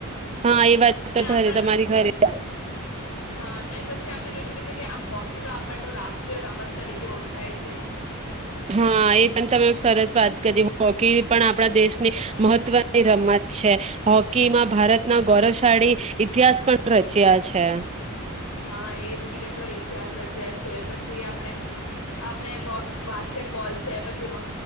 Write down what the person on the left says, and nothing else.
ને
આપણ
હા ને પછી આપણે જોઈ શકીએ છીએ કે આ હોકી તો આ આપ નો રાષ્ટ્રીય રમત તરીકે ઓળખાય છે.
હા એજને કેટલો ઇતિહાસ રચ્યા છે પછી આપણે-આપણે બાસ્ક બાસ્કેટબોલ. છે પછી